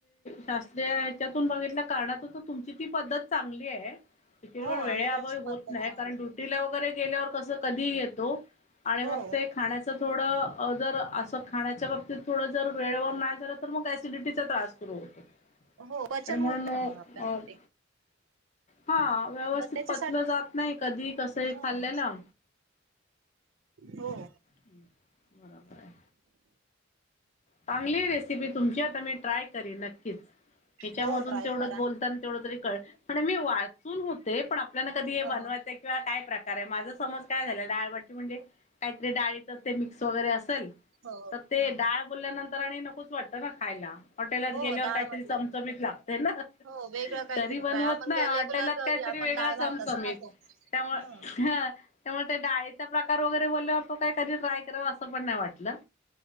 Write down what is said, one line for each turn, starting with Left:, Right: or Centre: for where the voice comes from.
Left: शास्त्रीय ह्याच्यातून बघितल्या कारणातून तर तुमची ती पद्धत चांगली आहे तिथ
Right: हो
Left: पण वेळेअभावी
Right: आमच्याकडची
Left: होत
Right: पद्धत
Left: नाही
Right: चांगली
Left: कारण
Right: आहे.
Left: तु वगैरे गेल्यावर कस कधी येतो आणि
Right: हो
Left: मग ते खाण्या अस थोडं जर असं खाण्याच्या बाबतीत थोडं जर वेळेवर नाही झालं तर मग सिडिटीचा त्रास सुरू होतो
Right: हो पचन
Left: आणि म्हणून
Right: होत- ना मग -आपल्यामध्ये
Left: हा व्यवस्थित
Right: त्याच्यासाठी
Left: पचलं जात नाही कधी कसही
Right: हो
Left: खाल्लेलं
Right: हो <inaudible>
Left: हम्म बरोबर आहे चांगली रेसिपी तुमची आता मी ट्राय करीन नक्कीच हिच्यामधून
Right: हो ट्राय
Left: तेवढंच
Right: करा
Left: बोलतान तेवढं तरी कळ म्हणे मी वाचून होते पण आपल्याला कधी हे
Right: ह
Left: बनवायचंय किंवा काय प्रकार आहे माझा समंज काय झालं डाळबाटी म्हणजे? काही तरी डाळीच ते मिक्स वगैरे असेल
Right: हो
Left: तर ते
Right: हो
Left: डाळ बोलल्यानंतर आणि नकोच वाटतं ना खायला हॉटेलात
Right: हो
Left: गेल्यावर
Right: हो डाळ
Left: काहीतरी
Right: म्हटलं
Left: चमचमीत
Right: नंतर
Left: लागते ना
Right: हो वेगळं
Left: <inaudible>
Right: काहीतरी
Left: तरी बनवत
Right: फ्राय आपण
Left: नाही हाॅटेलात
Right: रेग्युलर
Left: काहीतरी
Right: घरी आपण
Left: वेगळा
Right: डाळ
Left: चमचमीत
Right: भात असं खातो
Left: त्यामुळे
Right: ह
Left: <inaudible> त्यामुळे ते डाळीचा प्रकार वगैरे बोलल्यावर तो काही कधी ट्राय कराव असं पण नाही वाटलं